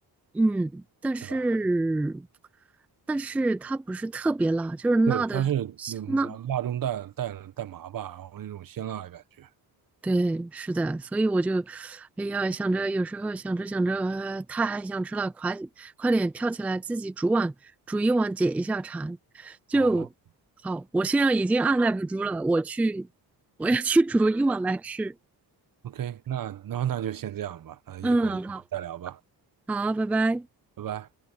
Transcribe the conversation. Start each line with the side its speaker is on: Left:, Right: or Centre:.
Centre: 嗯，但是
Right: 对吧？
Centre: 但是它不是特别辣，就是辣的香辣。
Right: 对，它是么，辣中带带带麻吧，然后那种鲜辣的感觉。
Centre: 对，是的，所以我就，哎呀，想着有时候想着想着，呃，太想吃了，快快点跳起来自己煮碗煮一碗解一下馋，就好。
Right: 哦
Centre: 我现在已经按耐不住了，我去，我要去 <laughs> 煮一碗来吃。
Right: ，OK，那那那就先这样吧，那一会儿一会儿再聊吧，
Centre: 嗯，好，好，拜拜。
Right: 拜拜。